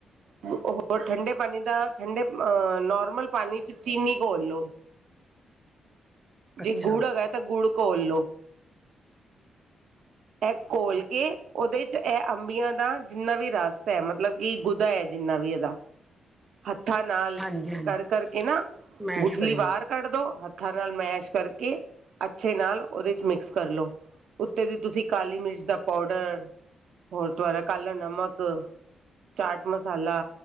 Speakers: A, on the right (about 75°); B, on the right (about 15°).
A: ਹਾਂ। ਹੋਰ ਠੰਡੇ ਪਾਣੀ ਦਾ ਠੰਡੇ ਅ ਨੋਰਮਲ ਪਾਣੀ ਚ ਚੀਨੀ ਘੋਲ ਲੋ।
B: ਅੱਛਾ
A: ਜੇ ਗੁੜ ਹੈਗਾ ਤਾਂ ਗੁੜ ਘੋਲ ਲੋੋ। ਇਹ
B: ਅੱਛਾ
A: ਘੋਲ
B: ਅੱਛਾ
A: ਕੇ ਉਹਦੇ ਇਹ ਅੰਬੀਆਂ ਦਾ ਜਿੰਨਾ ਵੀ ਰਸ ਹੈ ਮਤਲਬ ਕਿ ਗੁਦਾ ਹੈ, ਜਿੰਨਾ ਵੀ ਇਹਦਾ ਹੱ ਹੱਥਾਂ ਨਾਲ
B: ਹਾਂਜੀ ਹਾਂਜੀ
A: ਕਰ ਕਰਕੇ, ਨਾ
B: ਮੈਸ਼
A: ਗੁਠਲੀ
B: ਕਰੀਏ
A: ਬਾਹਰ ਕੱਢ ਦੋ ਹੱਥ ਹੱਥਾਂ ਨਾਲ ਮੈਸ਼ ਕਰਕੇ, ਅੱਛੇ ਨਾਲ ਉਹਦੇ ਮਿਕਸ ਕਰ ਲਉ। ਉੱਤੇ ਦੀ ਤੁਸੀਂ ਕਾਲੀ ਮਿਰਚ ਦਾ ਪਾਊਡਰ ਹੋਰ ਦਾਰਾ ਕਾਲਾ ਨਮਕ ਚਾਟ ਮਸਾਲਾ